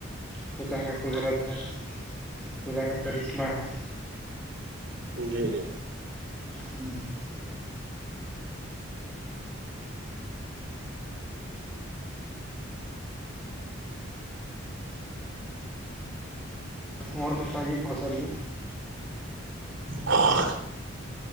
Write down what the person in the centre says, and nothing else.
خودا کا قدرت ہے خودا کا کرشما ہا
ہوں اور بتائیے کون سا بھی